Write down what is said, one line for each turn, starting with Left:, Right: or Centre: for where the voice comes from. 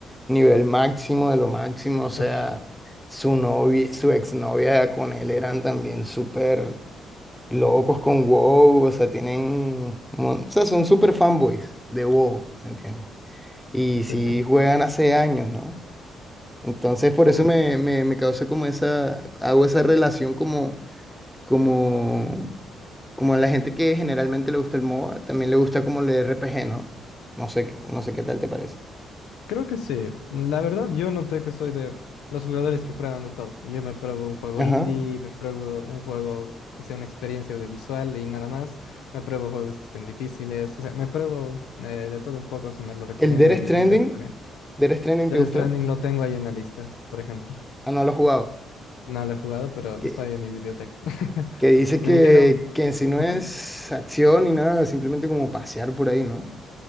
Centre: nivel máximo de lo máximo. O sea,
Left: Ush,
Centre: su novia, su exnovia con él eran también súper locos con WoW. O sea, tienen. un mon- O sea, son súper fanboys de WoW, ¿me entiendes? y sí
Left: sí, sí.
Centre: juegan hace años, ¿no? Entonces por
Left: Uh,
Centre: eso me, me, me causa como esa, hago esa relación como, como, como a la gente que generalmente le gusta el MOBA, también le gusta como el RPG, ¿no? No sé, qué- no sé qué tal te parece.
Left: creo que sí. La verdad, yo noté que soy de los jugadores que prueban de todo. Yo me pruebo un juego
Centre: Ajá.
Left: indie, me pruebo un juego que sea una experiencia audiovisual y nada más. Me pruebo juegos que estén difíciles. O sea, me pruebo eh, de todo un poco si me lo recomiendan
Centre: El Death Stranding,
Left: y, y veo que está bien.
Centre: Death Stranding,
Left: Death
Centre: ¿te gustó?
Left: Stranding lo tengo ahí en la lista, por ejemplo.
Centre: Ah, no lo has jugado.
Left: No lo he jugado, pero
Centre: Que,
Left: está ahí en mi biblioteca. <laughs>
Centre: que dice que,
Left: Me dijeron
Centre: que en sí no
Left: Ujú.
Centre: es acción ni nada, simplemente como pasear por ahí, ¿no?